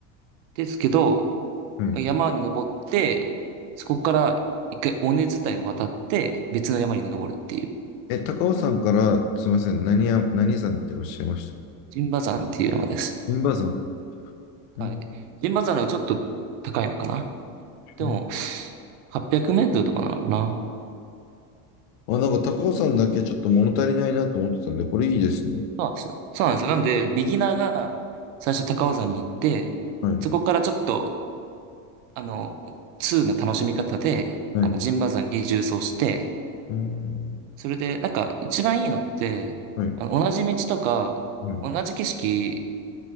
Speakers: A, on the right (about 70°); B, on the left (about 75°).
A: ですけど、
B: はい。
A: まあ山に登って、そこから一回尾根伝いを渡って、別の山に登るっていう、
B: え、高尾山から、すいません、何や、何山っておっしゃいました
A: 陣馬山っていう山です。
B: 銀馬山。うん。
A: はい。陣馬山の方がちょっと高いのかなでも、
B: へー
A: 800メートルとかなのかな
B: あ、なんか高尾山だけちょっと物足りないなと思ってたんで、これいいですね。
A: そうなんですよ。そうなんですよ。なんで、ビギナーが最初高尾山に行って、
B: はい、
A: そこからちょっと、あの、2の楽しみ方で、
B: はい。
A: あの、陣馬山に縦走して、
B: うん。
A: それで、なんか一番いいのって、
B: はい、
A: あの、同じ道とか、
B: はい、
A: 同じ景色